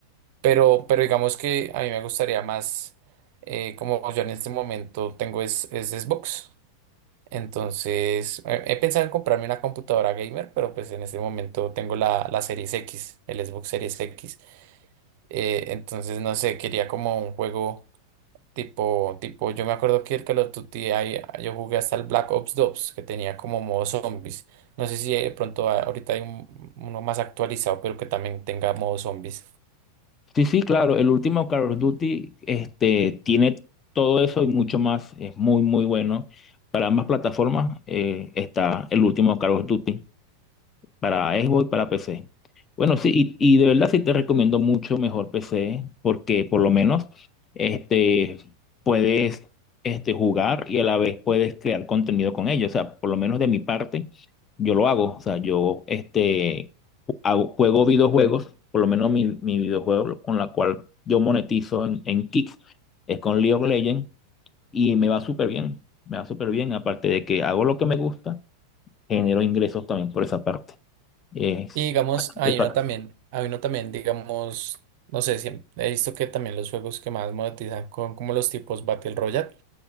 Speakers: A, on the right (about 50°); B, on the left (about 25°).
A: pero, pero digamos que a mí me gustaría más, eh, como yo en este momento tengo es, es Xbox, entonces he, he pensado en comprarme una computadora gamer, pero pues en este momento tengo la, la Series X, el Xbox Series X, eh, entonces no sé, quería como un juego tipo, tipo, yo me acuerdo que el Call of Duty, ahí, yo jugué hasta el Black Ops 2, que tenía como modo zombies, no sé si de pronto ah, ahorita hay un- uno más actualizado, pero que también tenga modo zombies.
B: Sí, sí, claro. El último Call of Duty este, tiene todo eso y mucho más. Es muy, muy bueno. Para ambas plataformas eh, está el último Call of Duty para Xbox, para PC. Bueno, sí, y, y de verdad sí te recomiendo mucho mejor PC porque por lo menos este, puedes este, jugar y a la vez puedes crear contenido con ello. O sea, por lo menos de mi parte, yo lo hago. O sea, yo este, hago- juego videojuegos, por lo menos mi, mi videojuego con la cual yo monetizo en, en Kick es con League of Legends y me va súper bien. Me va súper bien, aparte de que hago lo que me gusta, genero ingresos también por esa parte. Es
A: Y digamos,
B: bastante
A: hay
B: fa-
A: uno también, hay uno también, digamos, no sé, si he visto que también los juegos que más monetizan con como los tipos Battle Royale,